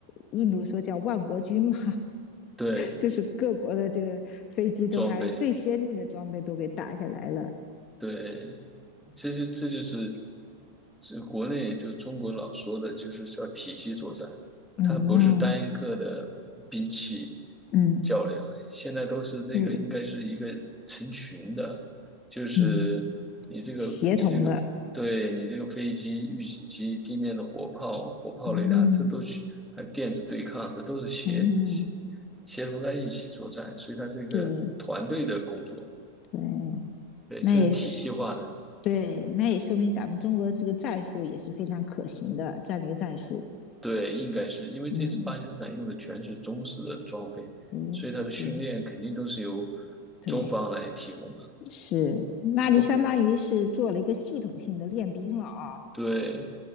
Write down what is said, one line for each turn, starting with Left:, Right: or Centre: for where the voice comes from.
Left: 印度说叫万国军嘛，
Centre: 对，
Left: 就是各国的这个飞机都还最先进的装备都给打下来了。
Centre: 装备。对，这就这就是这国内就中国老说的，就是叫体系作战，
Left: 嗯
Centre: 它不是单一个的兵器
Left: 嗯，
Centre: 较量，现在都是这个应该是一个成群的，
Left: 对，
Centre: 就是你这个你这个对你这个飞机、
Left: 嗯，协同的，
Centre: 预警机、地面的火炮、火炮雷达，
Left: 嗯
Centre: 这都去还有电子对抗，这都是协协
Left: 嗯，
Centre: 协同在一起作战，所以它是一个团队的工作，
Left: 对对，
Centre: 对，
Left: 那也是
Centre: 这是体系化的。
Left: 对，那也说明咱们中国这个战术也是非常可行的战略战术。
Centre: 对，应该是因为这次巴基斯坦用的全是中式的装备，
Left: 嗯，诶，
Centre: 所以他的训练肯定都是由
Left: 对对，
Centre: 中方来提供嘛。
Left: 是，那就相当于是做了一个系统性的练兵了啊。
Centre: 他不，对，